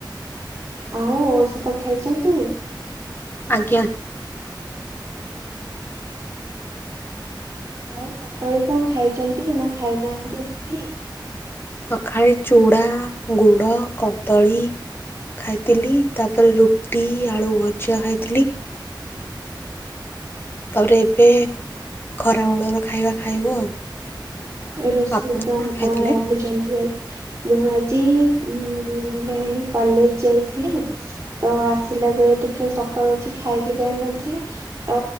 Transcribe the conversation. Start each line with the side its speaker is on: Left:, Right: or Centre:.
Right: ଆଉ ଔଷଧ ଖାଇଛନ୍ତି।
Left: ଆଜ୍ଞା।
Right: ହୁଁ ଆଉ ସକାଳୁ କଣ ଖାଇଛନ୍ତି ନା ଖାଇନାହାନ୍ତି ଦିଦି।
Left: ସକାଳେ ଚୁଡ଼ା ଗୁଡ଼ କଦଳୀ। ଖାଇଥିଲି ତାପରେ ରୁଟି ଆଳୁ ଭଜା ଖାଇଥିଲି। ତାପରେ ଏବେ ଖରା ମୂଳର ଖାଇବା ଖାଇବୁ ଆଉ।
Right: ଏ ରୋଷେଇ
Left: ଆପଣ
Right: କାମ
Left: ଖାଇଥିଲେ?
Right: କଣ ରାନ୍ଧିଛନ୍ତି ଆଜି? ମୁଁ ଆଜି ଉ ଭଉଣୀ କଲେଜ ଯାଇଥିଲି ତ ଆସିଲ ଲା ବେଳେ ଟିକେ ସକାଳୁ ଖାଇକି ଯାଇ ନଥିଲି ତ